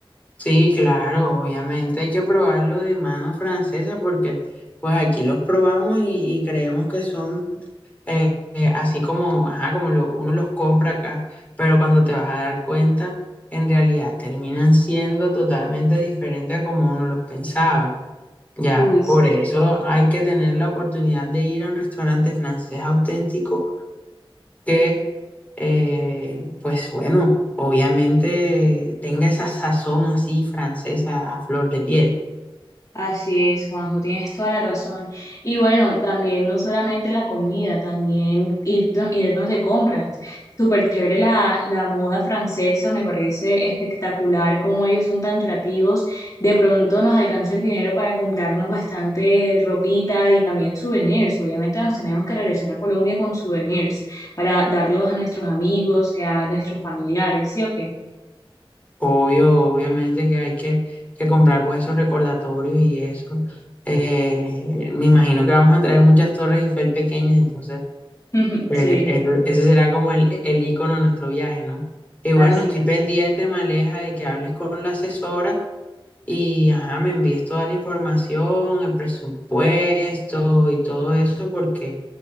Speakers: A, on the left; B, on the left.
A: Sí, claro, obviamente hay que probarlo de mano francesa porque pues aquí los probamos y, y creemos que son eh, eh, así como, ajá, como lo- uno los compra acá, pero cuando te vas a dar cuenta, en realidad terminan siendo totalmente diferentes a como uno los pensaba. Ya,
B: Uy,
A: por eso hay que tener la oportunidad de ir a un restaurante francés auténtico que eh, pues bueno, obviamente tenga esa sazón así francesa a flor de piel.
B: Así es, Juanjo, tienes toda la razón. Y bueno, también no solamente la comida, también ir- irnos de compras. Súper chévere la, la moda francesa, me parece espectacular cómo ellos son tan creativos. De pronto nos alcanza el dinero para comprarnos bastante ropita y también souvenirs. Obviamente nos tenemos que regresar a Colombia con souvenirs para darlos a nuestros amigos, eh, a nuestros familiares, ¿sí o qué?
A: Obvio, obviamente que hay que, que comprar pues esos recordatorios y eso. Eh, me imagino que vamos a traer muchas torres Eiffel pequeñas, entonces
B: <laughs>
A: eh,
B: Sí,
A: el- ese será como el, el icono de nuestro viaje, ¿no? Y bueno,
B: así.
A: estoy pendiente, Maleja, de que hables con la asesora y ajá, me envíes toda la información, el presupuesto y todo eso, porque